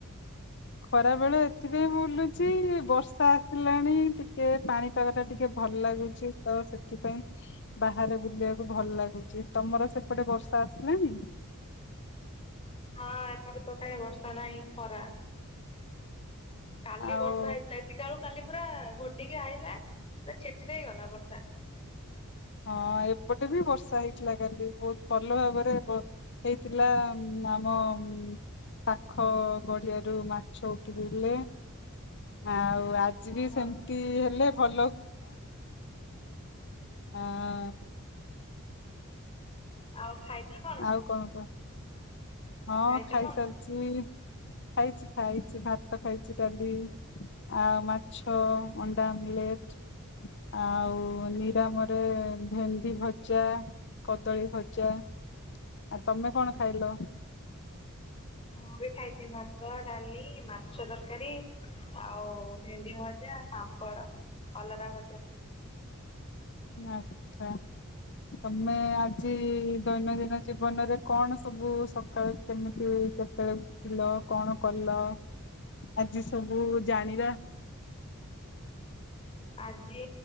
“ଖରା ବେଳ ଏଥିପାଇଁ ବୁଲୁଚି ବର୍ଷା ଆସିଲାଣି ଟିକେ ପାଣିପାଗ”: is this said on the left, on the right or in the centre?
Left